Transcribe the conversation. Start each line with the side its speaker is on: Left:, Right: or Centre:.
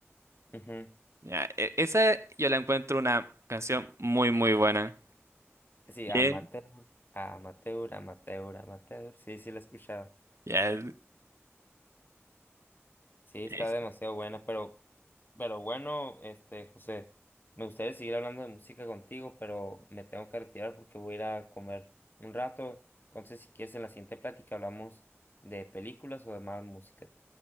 Left: Ujú.
Right: Ya, e- esa yo la encuentro una canción muy, muy buena.
Left: Sí,
Right: Bien.
Left: amateur, amateur, amateur, amateur. Sí, sí, la he escuchado.
Right: Ya,
Left: Sí,
Right: eh,
Left: está demasiado buena, pero, pero bueno, este, José, me gustaría seguir hablando de música contigo, pero me tengo que retirar porque voy a ir a comer un rato. Entonces, si quieres, en la siguiente plática hablamos de películas o de más música.